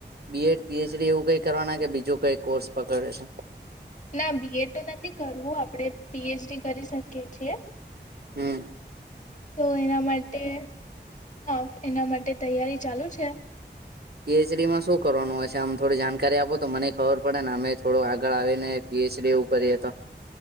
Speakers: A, on the right; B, on the left.
A: બીએડ પીએચડી એવું કઈ કરવાના કે બીજું કઈ કોર્સ પકડે છે?
B: ના બીએ તો નથી કરવું આપણેે પીએચડી કરી શકીએ છીએ.
A: હમ.
B: તો એના માટે હા એના માટે તૈયારી ચાલુ છે.
A: પીએચડી માં શું કરવાનું હશે આમ થોડી જાણકારી આપો તો મને ખબર પડે ને અમે થોડું આગળ આવીને પીએચડી એવું કરીએ તો